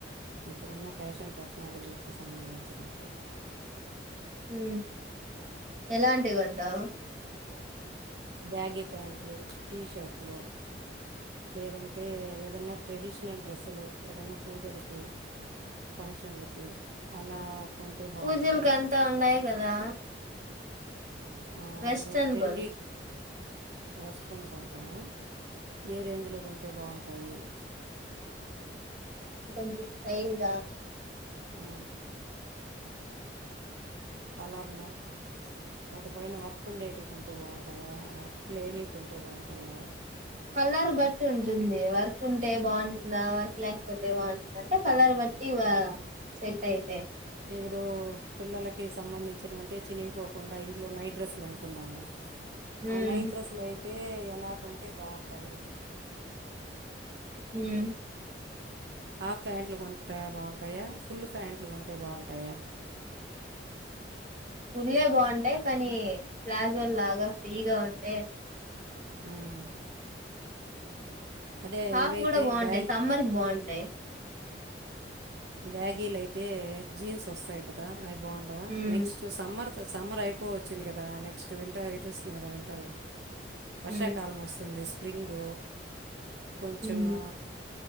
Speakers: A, on the right; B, on the right.
A: ఇప్పుడున్న ఫ్యాషన్ టెక్నాలజీకి సంబంధించినే
B: ఉ ఎలాంటివి కొంటావు
A: బ్యాగి ప్యాంట్లు టీషర్ట్లు లేదంటే ఏదన్నా ట్రెడిషనల్ డ్రెస్సులు ఏదన్నా పూజలకి ఫంక్షన్లకి అలా కొంటే బాగుంటాయా
B: పూజలుకి అంతా ఉన్నాయి కదా
A: ఆ
B: వెస్ట్రన్
A: ఇప్పుడు ట్రెండీ
B: కొను
A: వెస్ట్రన్ కొంటామా ఏ రేంజ్లో కొంటే బాగుంటాయి
B: కొంచెం స్టైల్ గా
A: ఆ కలర్లు వాటిపైన వర్క్ ఉండేటివి కొంటే బాగుంటాయా వర్క్ లేనివి కొంటే బాగుంటాయా
B: కలర్ బట్టి ఉంటుంది వర్క్ ఉంటే బాగుంటుందా వర్క్ లేకపోతే బాగుంటుందా అంటే కలర్ బట్టి వ సెట్ అయితే
A: ఇప్పుండు పిల్లలకి సంబంధించిన అంటే చినిగిపోకుండా ఇంట్లో నైట్ డ్రెస్సులు అనుకున్నాము
B: హ్మ్
A: ఆ నైట్ డ్రెస్సులు అయితే ఎలా కొంటే బాగుంటాయి
B: హ
A: హాఫ్ ప్యాంట్లు కొంటా బాగుంటాయా ఫుల్ ప్యాంట్లు కొంటే బాగుంటాయా
B: ఫుల్లే బాగుంటాయి కానీ ప్లాజో లాగా ఫ్రీగా ఉంటే
A: మ్మ్ అదే
B: హాఫ్
A: ఇవైతే
B: కూడా బాగుంటాయి
A: బ్యాగ్
B: సమ్మర్ కి బాగుంటాయి
A: బ్యాగీలు అయితే జీన్స్ వస్తాయి కదా అవి బాగుండవా
B: హ్మ్
A: నెక్స్ట్ సమ్మర్ సమ్మర్ అయిపో వచ్చింది కదా నెక్స్ట్ వింటర్ ఇదిొస్తుంది కదా వింటరు వర్షాకాలం
B: హ్మ్
A: వస్తుంది స్ప్రింగు కొంచెము
B: హ్మ్